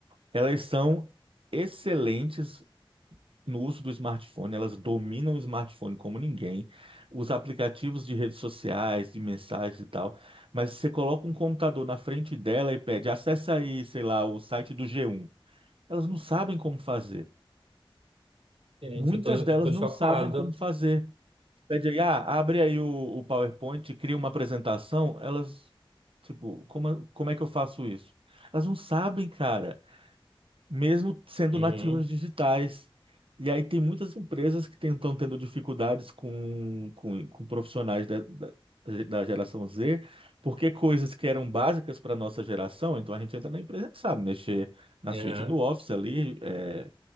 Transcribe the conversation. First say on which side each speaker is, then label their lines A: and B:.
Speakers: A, on the right; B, on the right.
A: Elas são excelentes no uso do smartphone, elas dominam o smartphone como ninguém, os aplicativos de redes sociais, de mensagens e tal, mas você coloca um computador na frente dela e pede, acessa aí, sei lá, o site do G1. Elas não sabem como fazer.
B: Gente,
A: Muitas
B: eu tô, eu
A: delas
B: tô
A: não
B: chocado.
A: sabem como fazer. Pede aí, ah, abre aí o, o PowerPoint, cria uma apresentação, elas, tipo, como, como é que eu faço isso? Elas não sabem, cara mesmo sendo
B: Uhum,
A: nativos digitais. E aí tem muitas empresas que estão tendo dificuldades com, com, com profissionais da, da, da geração Z, porque coisas que eram básicas para a nossa geração, então a gente entra na empresa e sabe mexer na
B: aham,
A: suíte do Office ali, é,